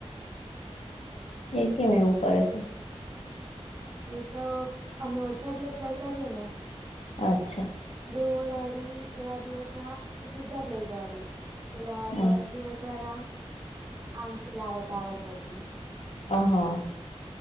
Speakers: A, on the left; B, on the right.
A: એ કેમ એવું કરે છે
B: એ તો અમે ઓછા દિવસ બેસાડીએે ને
A: અચ્છા
B: ડોળ અડી એવા દિવસના એ સીધા જ લઇ જવા દઈ પેલા દસ
A: હા
B: દિવસ વાળા આમ લાવે ટાવર પરથી
A: હા